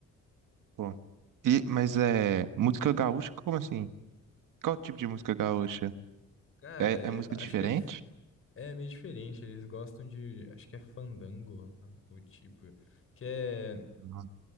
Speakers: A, on the right (about 85°); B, on the left (about 45°).
A: Pô. E, mas é. Música gaúcha? Como assim? Qual tipo de música gaúcha?
B: Cara,
A: É,
B: é-
A: é música
B: acho
A: diferente?
B: que é, f- é meio diferente. Eles gostam de. Acho que é fandango, ah, o tipo. Que é,
A: Uhum.